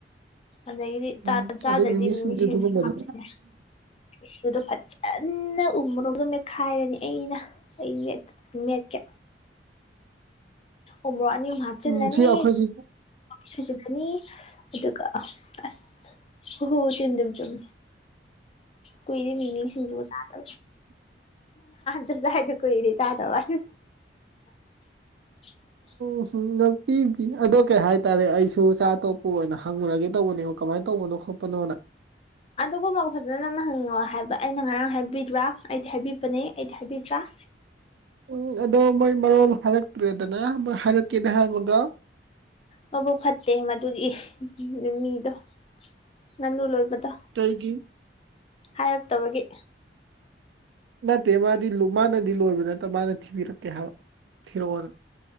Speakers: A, on the left; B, on the right.
A: ꯑꯗꯒꯤꯗꯤ
B: ꯎꯝ
A: ꯆꯥꯗ꯭ꯔꯗꯤ
B: ꯑꯗꯩ ꯃꯤꯃꯤ
A: ꯃꯤꯁꯤꯡ
B: ꯁꯤꯡꯖꯨꯗꯨꯒꯨꯝꯕꯗꯣ
A: ꯍꯥꯞꯇꯅꯦ ꯁꯤꯡꯗꯣ ꯐꯖꯅ ꯎꯃꯨꯔꯣꯒ ꯃꯦꯠꯈꯥꯏꯔꯅꯤ ꯑꯩꯅ ꯑꯩ ꯃꯦꯠ ꯀꯦ ꯎ꯭ꯔꯣ ꯑꯅꯤ ꯍꯥꯞꯆꯤꯜꯂꯅꯤ
B: ꯎꯝ ꯁꯤ ꯑꯩꯈꯣꯏꯁꯤ
A: ꯁꯨꯖꯤꯜꯂꯅꯤ ꯑꯗꯨꯒ ꯑ ꯑꯁ ꯍ ꯇꯤꯟ ꯝ ꯆꯨꯝ ꯀꯣꯏꯗꯤ ꯃꯤꯅꯤꯁꯤꯡꯗꯨꯕꯨ ꯁꯥꯥꯗꯕ ꯗ ꯆꯥꯏꯗ ꯀꯣꯏꯅꯤ ꯆꯥꯗ ꯑ ꯋꯥ <inaudible>
B: ꯎꯍꯨꯝꯄꯤꯕꯤ ꯑꯗꯣ ꯀꯩ ꯍꯥꯏꯇꯥꯔꯦ ꯑꯩꯁꯨ ꯆꯆꯥ ꯑꯇꯣꯞꯄ ꯑꯣꯏꯅ ꯍꯪꯉꯨꯔꯒꯦ ꯇꯧꯕꯅꯦ ꯀꯃꯥꯏ ꯇꯧꯕꯅꯣ ꯈꯣꯠꯄꯅꯣꯅ
A: ꯑꯗꯨꯒꯨꯝꯕꯒ ꯐꯖꯅ ꯅꯪꯅ ꯍꯪꯅꯤꯡꯉꯑꯣ ꯍꯥꯏꯕ ꯑꯩꯅ ꯉꯔꯥꯡ ꯍꯥꯏꯕꯤꯗ꯭ꯔꯥ ꯑꯩꯗꯤ ꯍꯥꯏꯕꯤꯄꯅꯦ ꯑꯩꯗꯤ ꯍꯥꯏꯕꯤꯗ꯭ꯔꯥ
B: ꯎꯝ ꯑꯗꯣ ꯃꯣꯏ ꯃꯔꯣꯜ ꯍꯥꯏꯔꯛꯇ꯭ꯔꯦꯗꯅ ꯃꯣꯏ ꯍꯥꯏꯔꯛꯀꯦꯅ ꯍꯥꯏꯔꯝꯃꯒ
A: ꯃꯕꯨ ꯐꯠꯇꯦ ꯃꯗꯨꯒꯤ ꯃꯤꯗꯣ ꯉꯪꯅꯨ ꯂꯣꯏꯕꯗꯣ
B: ꯇꯩꯒꯤ
A: ꯍꯥꯏꯔꯛꯇꯕꯒꯤ
B: ꯅꯠꯇꯦ ꯃꯥꯗꯤ ꯃꯥꯅꯗꯤ ꯂꯣꯏꯕ ꯅꯠꯇ ꯃꯥꯅ ꯊꯤꯕꯤꯔꯛꯀꯦ ꯍꯥꯏꯕ ꯊꯤꯔꯛꯑꯣꯅ